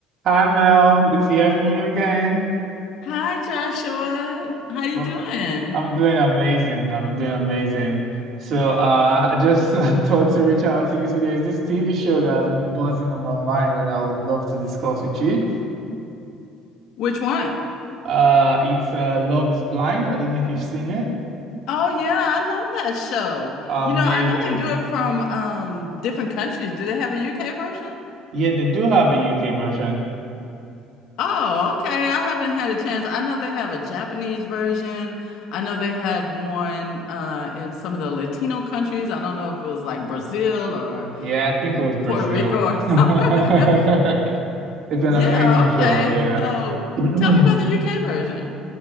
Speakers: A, on the right (about 55°); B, on the left (about 70°).
A: Hi Mel, good to hear from you again.
B: Hi Joshua. How you
A: Well,
B: doing?
A: I'm doing amazing. I'm doing amazing. So uh, I just <laughs> thought to reach out to you. So there's this TV show that has been buzzing on my mind and I would love to discuss with you.
B: Which one?
A: Uh, it's uh, Love is Blind. I don't know if you've seen it.
B: Oh yeah, I love that show.
A: Amazing.
B: You know, I know they do it from um different countries. Do they have a UK version?
A: Yeah, they do have a UK version.
B: Oh, okay. I haven't had a chance. I know they have a Japanese version. I know they had one uh in some of the Latino countries. I don't know if it was like Brazil or
A: Yeah, I think it was Brazil.
B: Puerto Rico or <laughs> something.
A: <laughs> It's an
B: Yeah,
A: amazing
B: okay.
A: show. Yeah.
B: So
A: <clears throat>
B: tell me about the UK version.